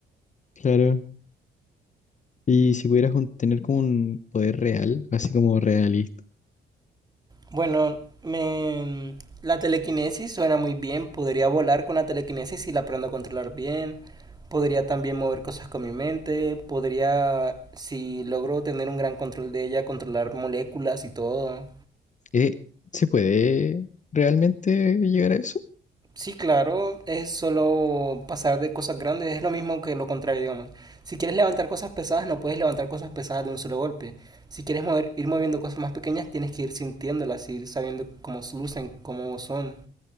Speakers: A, on the left; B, on the right.
A: Claro. Y si pudieras un- tener como un poder real, así como realista,
B: Bueno, me... la telequinesis suena muy bien. Podría volar con la telequinesis si la aprendo a controlar bien. Podría también mover cosas con mi mente. Podría, si logro tener un gran control de ella, controlar moléculas y todo.
A: eh, ¿se puede realmente llegar a eso?
B: Sí, claro, es solo pasar de cosas grandes, es lo mismo que lo contrario, digamos. Si quieres levantar cosas pesadas, no puedes levantar cosas pesadas de un solo golpe. Si quieres mover, ir moviendo cosas más pequeñas, tienes que ir sintiéndolas, ir sabiendo cómo lucen, cómo son.